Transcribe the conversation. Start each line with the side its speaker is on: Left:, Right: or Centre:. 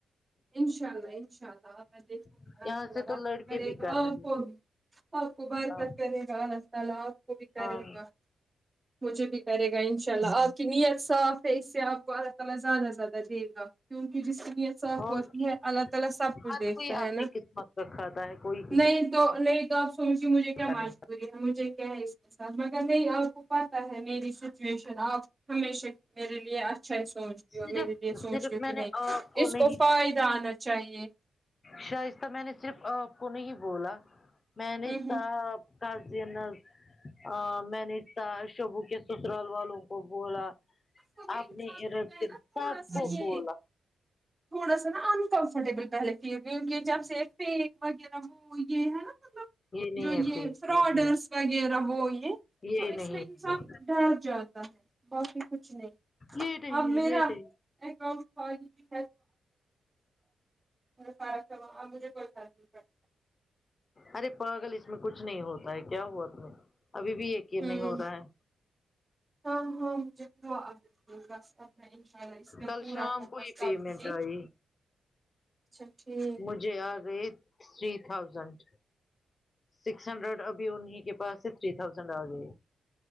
Right: انشاء اللہ انشاء اللہ آپ دیکھوں گی
Left: ہے
Right: آپ
Left: یہاں سے
Right: بک
Left: تو لڑکے
Right: کرے
Left: بھی
Right: گا
Left: کر
Right: آپ
Left: رہے تھے
Right: بھی آپ کو بارکت
Left: کام
Right: کرے گا کل آپکو بھی کرے
Left: ہاں
Right: گا مجھے بھی کرے گا انشاء اللہ آپ کی نیت صاف ہے اس سے آپ کو اللہ تعا لی زیادہ زیادہ دے گا کیونکہ جس کی نیت صاف
Left: اور
Right: ہوتی
Left: کیا
Right: ہے اللہ تعالی سب کچھ
Left: ہر
Right: دیکھتا
Left: کوئی
Right: ہے
Left: اپنی
Right: نا
Left: قسمت کا کھاتا ہے کوئی کسی
Right: نہیں تو نہیں تو مجھے مجھے کیا
Left: کا
Right: مجبوری
Left: نہیں
Right: ہے مجھے کیا ہے اس مگر نہیں آپ کو پتہ ہے میری سچویشن آپ ہمیشہ میرے لیے اچھا ہی سوچتی
Left: صرف
Right: ہو میرے لیے سوچتی
Left: صرف
Right: ہو
Left: میں
Right: کہ
Left: نے
Right: نہیں
Left: آپ
Right: اس
Left: نہیں
Right: کو فائدہ آنا چاہیے
Left: شائستہ میں نے صرف آپ کو نہیں بولا میں نے
Right: ہوں
Left: سب <unintelligible> میں نے شبو کے سسرال والوں کو بولا
Right: ہ تھوڑا
Left: اپنے ارد گرد سب
Right: سا
Left: کو
Right: یہ
Left: بولا
Right: تھوڑا سا نا انکمفرٹیبل پہلے فیل کیونکہ جب سے پنیک وغیرہ ہو وہ یہ ہے نا مطلب
Left: نہیں
Right: جو یہ
Left: ہے پھر
Right: فراڈرس
Left: نہیں
Right: وغیرہ وہ یہ
Left: یہ
Right: تو اس
Left: نہیں
Right: میں
Left: ہے
Right: انسان ڈر جاتا ہے باقی کچھ نہیں
Left: یہ نہیں
Right: اب
Left: ہے
Right: میرا
Left: یہ نہیں
Right: اکاؤنٹ کھول فرق کرو اب مجھے کوئی فرق نہیں پڑتا
Left: ارے پاگل اس میں کچھ نہیں ہوتا ہے کیا ہوا تمہیں ابھی بھی یقین
Right: ہوں
Left: نہیں ہو رہا ہے
Right: ہاں ہاں مجھے ہوا اب <unintelligible> تا ان شاء اللہ اس میں
Left: کل
Right: پورا
Left: شام
Right: فوکس
Left: کو ہی
Right: کروں
Left: پیمنٹ
Right: گی
Left: آئی
Right: اچھا ٹھیک
Left: مجھے آ گئے تھری تھاؤزینڈ سکس ہنڈریڈ ابھی انہیں کے پاس سے تھری تھاؤزینڈ آ گئی